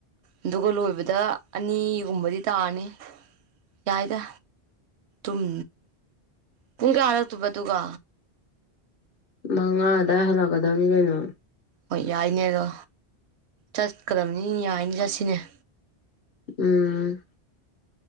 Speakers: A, on the right; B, on the left.
A: ꯑꯗꯨꯒ ꯂꯣꯏꯕꯗ ꯑꯅꯤꯒꯨꯝꯕꯗꯤ ꯇꯥꯔꯅꯤ ꯌꯥꯏꯗ ꯨꯝ ꯄꯨꯡ ꯀꯌꯥꯔꯛꯇꯕ ꯑꯗꯨꯒ
B: ꯃꯉꯥꯗꯥ ꯍꯜꯂꯛꯀꯗꯕꯅꯤ ꯀꯩꯅꯣ
A: ꯍꯣꯏ ꯌꯥꯏꯅꯦꯔꯣ ꯆꯠꯀꯗꯕꯅꯤ ꯌꯥꯏꯅꯤ ꯆꯠꯁꯤꯅꯦ
B: ꯎꯝ